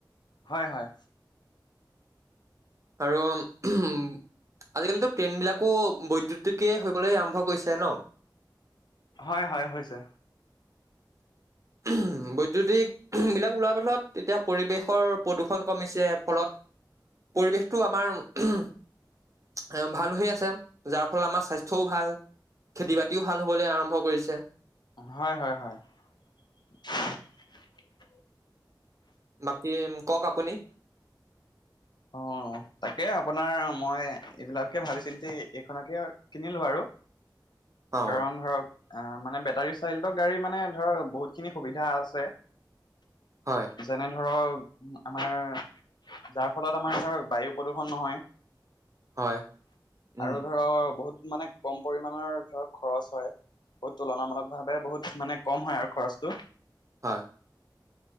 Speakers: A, on the left; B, on the right.
A: হয় হয়।
B: আৰু উম আজিকালিতো ট্ৰেইন বিলাকো বৈদ্যুতিকে হবলৈ আৰম্ভ কৰিছে ন?
A: হয় হয় হৈছে।
B: উম্হ বৈদ্যুতিক উমঃ বিলাক ওলোৱাৰ ফছত তেতিয়া পৰিৱেশৰ প্ৰদূষণ কমিছে ফলত পৰিৱেশটো আমাৰ <unintelligible> এ ভাল হৈ আছে, যাৰ ফলত আমাৰ স্বাস্থ্যও ভাল। খেতি বাতিও ভাল হবলৈ আৰম্ভ কৰিছে।
A: হয় হয় হয়। <unintelligible>
B: বাকী কওক আপুনি।
A: অ তাকে আপোনাৰ মই এইবিলাকহে ভাবি চিন্তি এইখনকে কিনিলো আৰু।
B: <inaudible> অ
A: কাৰণ ধৰক, অ মানে বেটাৰী চাই গাড়ী মানে ধৰ বহুতখিনি সুবিধা আছে।
B: হয়
A: যেনে ধৰক আমাৰ যাৰ ফলত আমাৰ ধৰক বায়ু প্ৰদূ্ষণ নহয়
B: হয় উম
A: আৰু ধৰক বহুত মানে কম পৰিমানৰ ধৰক খৰচ হয়। বহুত তুলনামূলক ভাৱে বহুত মানে কম হয়। আৰু খৰচটো,
B: <inaudible>